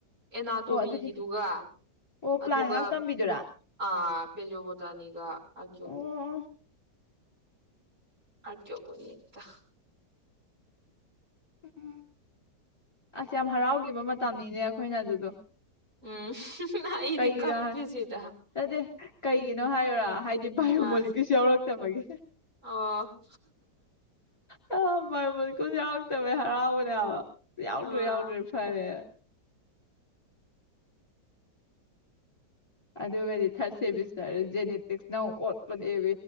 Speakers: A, on the right; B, on the left.
A: ꯑꯦꯅꯥꯇꯣꯃꯤꯒꯤꯗꯨꯒ
B: ꯑꯣ ꯑꯗꯨꯗꯤ ꯑꯣ
A: ꯑꯗꯨꯒ
B: ꯄ꯭ꯂꯥꯟ ꯉꯥꯛ ꯇꯝꯕꯤꯗꯨꯔꯥ
A: ꯑ ꯄꯦꯖꯕ ꯇꯅꯤꯒ ꯑꯆꯠ
B: ꯑꯣ
A: ꯑ ꯀꯣ ꯀꯣꯏꯅꯤ ꯌꯦꯛꯇ
B: ꯎꯝ ꯑꯁ ꯌꯥꯝ ꯍꯔꯥꯎꯈꯤꯕ ꯃꯇꯝꯅꯤꯅꯦ ꯑꯩꯈꯣꯏꯅ ꯑꯗꯨꯗꯣ
A: ꯎꯝ ꯏꯗꯤ
B: ꯀꯩꯒꯤꯅꯣ
A: ꯀꯞꯁꯤꯗ
B: ꯅꯠꯇꯦ ꯀꯩꯒꯤꯅꯣ ꯍꯥꯏꯔ ꯍꯥꯏ ꯕꯥꯏꯑꯣꯃꯣꯂꯤꯀ꯭ꯌꯨꯜꯁ
A: ꯑ
B: ꯌꯥꯎꯔꯛꯇꯕꯒꯤ
A: ꯑꯣ
B: ꯑ ꯃꯥꯥꯏ ꯀ ꯌꯥꯎꯛꯇꯃꯦ ꯍꯔꯥꯎꯕꯅꯦ ꯍꯥꯕ ꯌꯥꯎꯗꯣꯏ
A: ꯑꯥ
B: ꯌꯥꯎꯗꯣꯏ ꯐꯔꯦ ꯑꯗꯨꯒꯗꯤ ꯊꯥꯔꯠ ꯁꯦꯃꯤꯁꯇꯔ ꯖꯦꯅꯦꯇꯤꯛꯁꯅꯧ ꯑꯣꯠꯄ ꯅꯏ